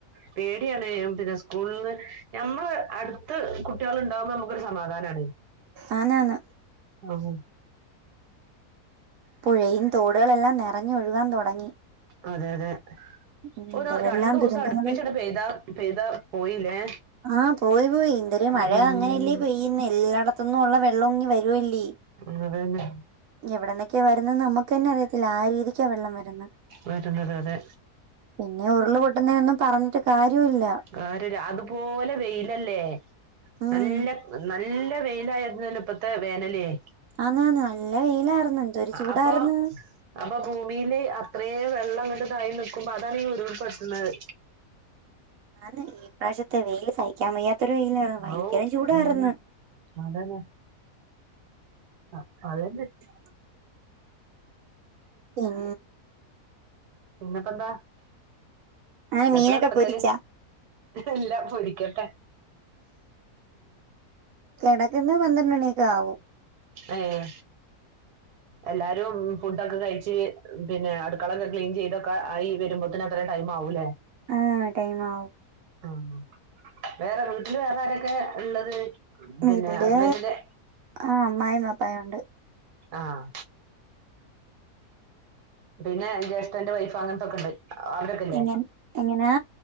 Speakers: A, on the right (about 80°); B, on the right (about 70°).
A: പേടിയാണ പിന്നെ സ്കൂളിൽ നിന്ന് നഞമ്മള് അടുത്ത് കുട്ടികള ഉണ്ടാവുമ്പോൾ നമുക്കൊരു സമാധാനമാണ
B: അയനാണ്
A: അതെ
B: പുഴയും തോടുകളെല്ലാം നിറഞ്ഞൊഴുകാൻ തുടങ്ങി
A: അതെ അതെ
B: എന്തരെല്ലാം
A: ഒ രണ്ടു
B: ദുരന്തങ്ങള്
A: വുസം അടുപ്പിച്ച ആണ്ട് പെയ്താ പെയ്താ പോയില്ലേ
B: ആഹ് പോയി പോയി എന്തൊരു മഴ
A: ഉം
B: അങ്ങനെയല്ലേ പെയ്യന്ന് എല്ലായിടത്തന്നും ഉള്ള വെള്ളംങ്ങി വരുവല്ലേ
A: അഹ് അതെന്നെ
B: എവിടന്നൊക്കെയ വരന്ന് നമുക്ക് തന്നെ അറിയത്തില്ല ആ രീതിക്കാണ് വെള്ളം വരുന്നത്
A: വരുന്നത് അതെ
B: പിന്നെ ഉരുള് പൊട്ടുന്നതിനൊന്നും പറഞ്ഞിട്ട് കാര്യവുല്ല
A: ആഹ് കാര്യല്ലഅതുപോലെ വെയിലല്ലേ
B: ഉം
A: നല്ല നല്ല വെയിലായിരുന്നു തന്നെ ഇപ്പത്തെ വേനലയേ
B: ആന്നന്ന നല്ല വെയിലായിരുന്നു എന്ത ഒരു ചൂടായിരുന്നു
A: അപ്പൊ അപ്പൊ ഭൂമി ല്അത്രയേ വെള്ളം അങ്ങോട്ട് തായി നൽക്കുമ്പോ അതാണ് ഉരുൾ പട്ടുന്നത്
B: ഞന്ന് ഈ പ്രാവശ്യത്തെ വെയിയില് സഹിക്കാൻ വയ്യാത്തൊരു വെയിലായിരുന്നു ഭയങ്കരം
A: ഔ
B: ചൂടായിര്ന്ന്
A: ഉം അതന്നെ ആഹ് അതന്നെ
B: <inaudible> ആഹ്
A: പിന്നെപ്പ എന്താ
B: ആഹ് മീനൊക്കെ
A: എപ്പളാ കെടക്കല്
B: പൊരിച്ചാ
A: എല്ലാ പൊരിക്കട്ടെ
B: കിടക്കുന്ന പന്ത്രണ്ട മണിയക്കെ ആകും
A: ആഹ് എല്ലാരും ഫുഡൊക്കെ കഴിച്ച് പിന്നെ അടുക്കളൊക്കെ ക്ലീൻ ചെയ്തൊക്കെ ആയി വരുമ്പോത്തനക്കെ കുറെടൈം ആവുല്ലേ
B: ആഹ് ടൈം ആവും
A: ആഹ് വേറെ വീട്ടില് വേറെ ആരൊക്കെ ഉള്ളത്
B: വീട്ടില്
A: പിന്നെ ഹസ്ബൻഡിന്റെ
B: ആഹ് അ്മായി മാപ്പായുണ്ട്
A: ആഹ് പിന്നെ ജ്യേഷ്ഠന്റെ വൈഫ് അങ്ങനത്തൊക്കെ ഉണ്ട് അവരൊക്കെല്ലേ
B: എങ്ങ എങ്ങനാ